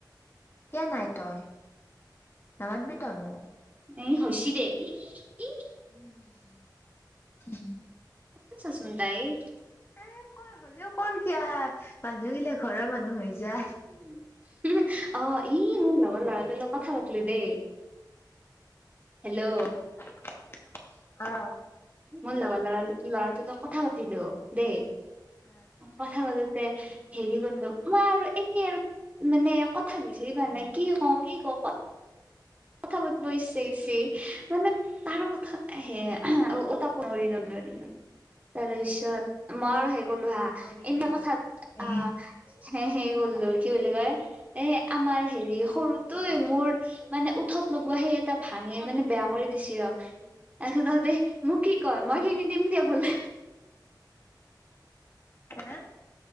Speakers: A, on the left (about 30°); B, on the right (about 20°).
A: কিয় নাই তই? নামাতিবি তই মোক?
B: এই হয়ছি দে ইহ-ইহ।
A: উম! উম।
B: <unintelligible> চাচোন তাইৰ।
A: এ কৰ হ'লেও কৰ কিয়া মানুহ গিলা ঘৰৰ মানুহ হৈ যায়।
B: <unintelligible> অ! ই মোৰ লগৰ ল'ৰাটোৰ লগত কথা পাতিলোঁ দেই। হেল্ল'!
A: <inaudible> অ!
B: মোৰ লগৰ ল'ৰা ল'ৰাটোৰ লগত কথা পাতিলোঁ দেই,
A: অ',
B: কথা
A: অ',
B: পাতোঁতে হেৰি কৰিলোঁ মই আৰু এনেই আৰু মানে কথা বিচাৰি পোৱা নাই কি কওঁ, কি কওঁ ক'ত কথা পাতিব ইচ্ছা গৈছে মানে তাৰো কথা সেয়া <inaudible> তাকো নৰি ন নৰি ন তাৰ পিছত মোৰ সেই কলোঁ হা
A: নৰি
B: এনেই
A: নৰি
B: কথাত
A: নৰি নৰি
B: আহ হে সেই কৰিলোঁ কি বুলি কয় এ আমাৰ হেৰি সৰুটোয়ে মোৰ মানে উ ঠত লগোৱা সেই এটা ভাঙি মানে বেয়া কৰি দিছি ৰ, তাৰপিছত তহঁতে মোক কি কয় মই কিনি দিম দিয়া বোলে।
A: হা?